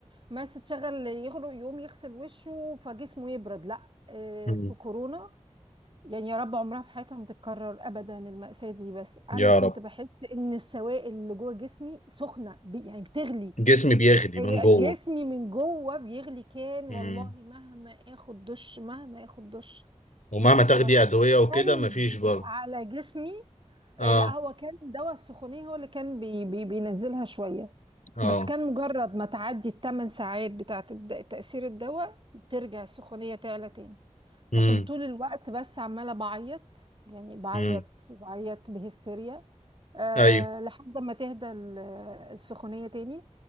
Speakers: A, on the right (about 45°); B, on the left (about 80°).
A: وماس تشغل يغرق يقوم يغسل وشه فجسمه يبرد لا آه،
B: مم.
A: في كورونا يعني يا رب عمرها في حياتها ما تتكرر ابدا المأساة دي بس انا
B: يا
A: كنت
B: رب
A: بحس ان السوائل اللي جوه جسمي سخنه بي- يعني بتغلي
B: جسمي بيغلي
A: آه،
B: من جوه
A: جسمي من جوه بيغلي كان
B: مم.
A: والله مهما اخد دش مهما اخد دش
B: ومهما
A: حتى
B: تاخدي
A: لو حطيت
B: ادويه وكده
A: ثلج
B: مفيش برضه
A: على جسمي
B: اه
A: إيه، لا هو كان دواء السخونية هو اللي كان بي بي بينزلها شوية
B: اه
A: بس كان مجرد ما تعدي الثمان ساعات بتاعة الد- تأثير الدواء ترجع السخونية تعلى تاني فكنت
B: مم
A: طول الوقت بس عمالة بعيط يعني بعيط
B: مم
A: بعيط بهستيريا أه
B: ايوه
A: لحد ما تهدى ال- السخونية تاني